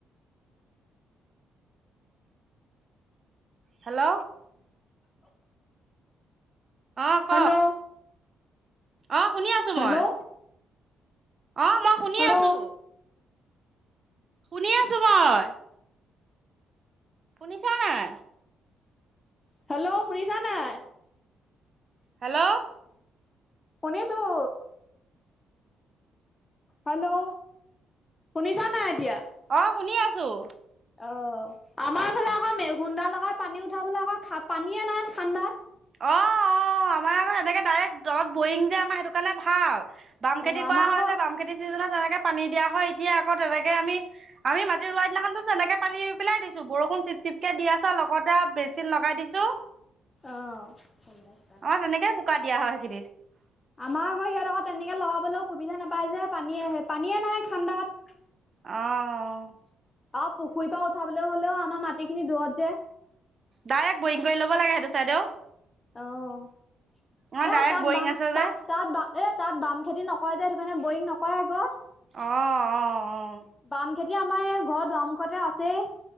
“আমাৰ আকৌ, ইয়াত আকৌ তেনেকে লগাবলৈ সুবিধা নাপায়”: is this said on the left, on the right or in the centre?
Left